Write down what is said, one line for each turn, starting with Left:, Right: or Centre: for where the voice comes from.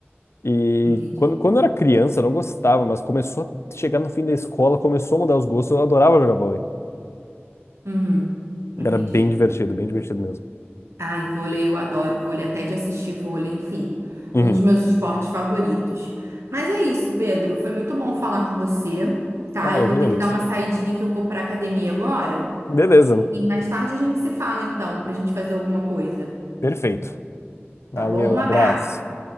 Left: E
Right: Entendi.
Left: quando, quando eu era criança, eu não gostava, mas começou a chegar no fim da escola, começou a mudar os gostos, eu adorava jogar vôlei.
Right: Uhum.
Left: Era
Right: Entendi.
Left: bem divertido, bem divertido mesmo.
Right: Ai, vôlei, eu adoro vôlei, até de assistir vôlei, enfim,
Left: Uhum.
Right: um dos meus esportes favoritos. Mas é isso, Pedro, foi muito bom falar com você, tá?
Left: Ah,
Right: Eu
Left: eu
Right: vou
Left: que agradeço.
Right: ter que dar uma saidinha que eu vou pra academia agora
Left: Beleza,
Right: e mais tarde a gente se fala então, pra gente fazer alguma coisa,
Left: perfeito. Valeu,
Right: tá bom? Um abraço.
Left: abraço.